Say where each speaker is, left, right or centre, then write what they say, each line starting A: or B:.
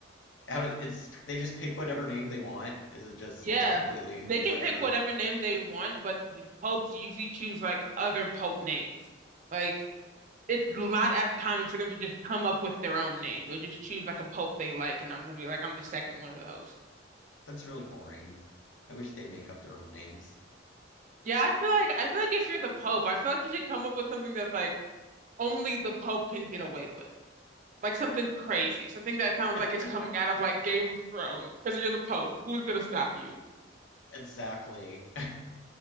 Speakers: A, on the left; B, on the right.
A: It's they just pick whatever name they want. Is it just
B: Yeah,
A: like completely
B: they
A: whatever?
B: can pick whatever name they want, but the popes usually choose like other pope names. Like. it's not as common for them to just come up with their own name. They'll just choose like a pope they like, and I'm gonna be like, I'm the second one of those.
A: That's really boring. I wish they'd make up their own names.
B: Yeah, I feel like I feel like if you're the pope, I feel like you should come up with something that's like only the pope can get away with, like something crazy, something that sounds
A: <laughs>
B: like it's coming out of like Game of Thrones, because you're the pope. Who's gonna stop you?
A: Exactly. <laughs>